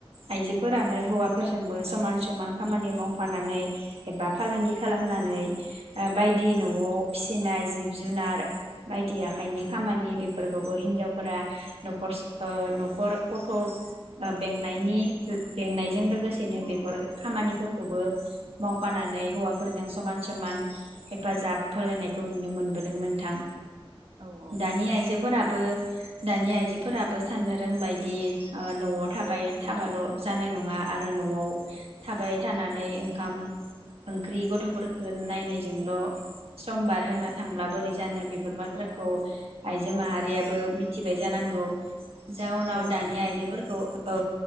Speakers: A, on the right; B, on the right.
A: आइजोफोरानो हौवा फोरजोंबो समान समान खामानि मावफानानै एबा फालांगि खालाम नानै ओ बायदि न' व फिसिनाय जिब जुनार बायदि आखाइनि खामानि बेफोरखौबो हिजावफोरा नख'र ओ नख'र गथ' ओ बेंनायनि बेंनायजों लोगो सेनो बेफोर खामानिफोरखौबो मावफानानै हौवाफोरजों समान समान हेफाजाब होलायनायखौ नुनो मोनबोदों नोंथां।
B: औ औ
A: दानि आयजोफोरा बो दानि आइजोफोराबो साननो रोंबायदि ओ न'आव थाबाय थाबाल' जानाय नंङा आर रो न'आव थाबाय थानानै ओंखाम ओंख्रि गथ'फोरफोरखो नायनायजोंल' सम बारहोना थांब्ला बोरै जानो बेफोर बाथ्राखौ आइजो माहारियाबो मिथिबाय जानांगौ। जाउनाव
B: औ
A: दानि
B: नोंथां
A: आइजोफोरखौ औ।